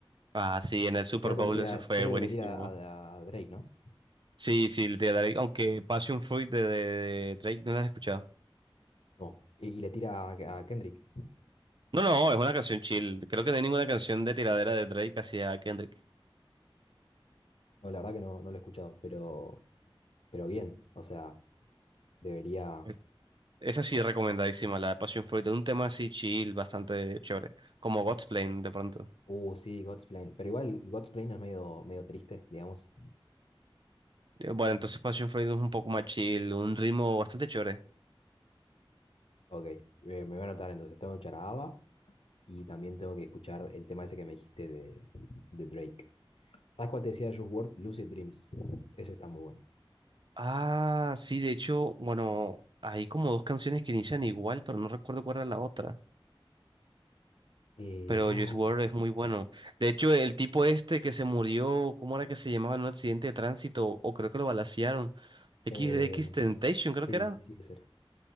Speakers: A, on the right (about 55°); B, on the left (about 80°).
A: Ah, sí, en el Super
B: Que creo
A: Bowl
B: que le tira,
A: eso fue
B: creo
A: buenísimo.
B: que le tira a, a Drake, ¿no?
A: Sí, sí, de Drake, aunque Passion Fruit de, de- de Drake no la has escuchado.
B: No. Y, y le tira a, a Kendrick.
A: No, no, es una canción chill. Creo que no hay ninguna canción de tiradera de Drake hacia Kendrick.
B: No, la verdad que no, no lo he escuchado, pero, pero bien, o sea, debería...
A: Es- esa sí es recomendadísima, la de Passion Fruit, es un tema así chill, bastante chévere, como Godsplan de pronto.
B: Uh, sí, God's Plan, pero igual God's Plan no es medio, medio triste, digamos.
A: Eh, Bueno, entonces Passion Fruit es un poco más chill, un ritmo bastante chévere.
B: Ok, eh, me voy a anotar entonces, tengo que escuchar a ABBA y también tengo que escuchar el tema ese que me dijiste de, de Drake. ¿Sabes cuál te decía de Juice WRLD? Lucid Dreams. Ese está muy bueno.
A: Ah, sí, de hecho, bueno, hay como dos canciones que inician igual, pero no recuerdo cuál era la otra.
B: Eh,
A: Pero
B: ay,
A: Juice WRLD es muy bueno. De hecho, el tipo este que se murió, ¿cómo era que se llamaba en un accidente de tránsito? O creo que lo balacearon. X,
B: eh,
A: X Temptation, creo
B: sí,
A: que era.
B: sí, sí, ese era.